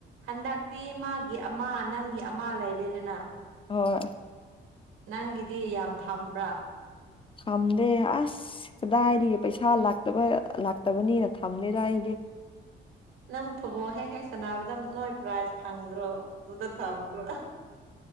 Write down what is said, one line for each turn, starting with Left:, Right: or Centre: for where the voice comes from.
Right: ꯍꯟꯗꯛꯇꯤ ꯃꯥꯒꯤ ꯑꯃ ꯅꯪꯒꯤ ꯑꯃ ꯂꯩꯔꯦꯗꯅ
Left: ꯍꯣꯏ
Right: ꯅꯪꯒꯤꯗꯤ ꯌꯥꯝ ꯊꯝꯕ꯭ꯔꯥ
Left: ꯊꯝꯗꯦ ꯑꯁ ꯀꯗꯥꯏꯗꯤ ꯄꯩꯁꯥ ꯂꯥꯛꯇꯕ ꯂꯥꯛꯇꯕꯅꯤꯅ ꯊꯝꯗꯦꯗꯥꯏꯗꯤ
Right: ꯅꯪ ꯐꯨꯠꯕꯣꯜ ꯍꯦꯛ ꯍꯦꯛ ꯁꯥꯟꯅꯕꯗ ꯅꯣꯏ ꯄ꯭ꯔꯥꯏꯖ ꯐꯪ ꯗꯔꯣ ꯑꯗꯨꯗ ꯊꯝꯈ꯭ꯔꯣ